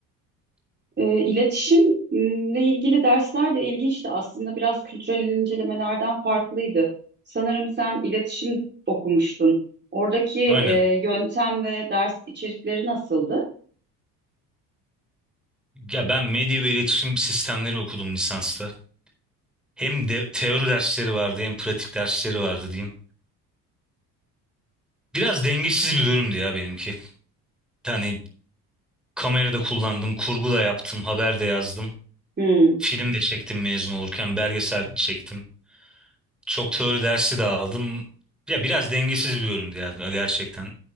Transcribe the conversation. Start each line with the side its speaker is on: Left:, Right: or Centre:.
Right: E, iletişimle ilgili dersler de ilginçti. Aslında biraz kültürel incelemelerden farklıydı. Sanırım sen iletişim okumuştun. Oradaki
Centre: Aynen.
Right: e, yöntem ve ders içerikleri nasıldı?
Centre: Ya ben medya ve iletişim sistemleri okudum lisansta. Hem de teori dersleri vardı hem pratik dersleri vardı diyeyim. Biraz dengesiz bir bölümdü ya benimki. Yani kamerada kullandım, kurgu da yaptım, haber de yazdım.
Right: Hmm,
Centre: Film de çektim mezun olurken, belgesel çektim. Çok teori dersi de aldım. Ya biraz dengesiz bir bölümdü ya gerçekten.